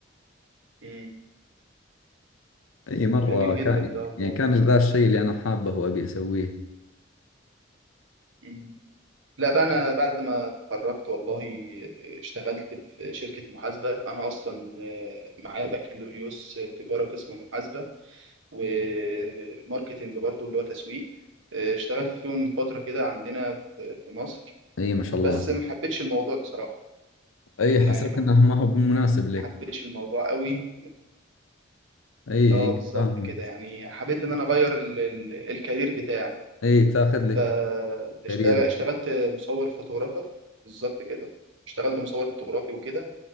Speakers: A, on the right (about 70°); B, on the left (about 85°).
A: مم.
B: اي مرة
A: جميل جدا
B: كان
A: ده والله
B: يعني كان
A: يعني
B: ذا الشيء اللي انا حابه وابي اسويه
A: مم. لا بقى انا بعد ما اتخرجت والله اشتغلت في شركه محاسبه انا اصلا معايا بكالوريوس تجاره قسم محاسبه وماركتنج برضو اللي هو تسويق اشتغلت فيهم فتره كده عندنا في في مصر
B: اي ما شاء الله
A: بس ما حبيتش الموضوع بصراحه
B: اي حسيت
A: يعني ما
B: انه ما هو مناسب لك
A: حبيتش الموضوع قوي
B: اي
A: اه
B: اي
A: بالظبط
B: فاهمك
A: كده يعني حبيت ان انا اغير ال- ال- الكارير بتاعي
B: اي تاخذ لك
A: فاشتغلت
B: كارير
A: اشتغلت مصور فوتوغرافر بالظبط كده اشتغلت مصور فوتوغرافي وكده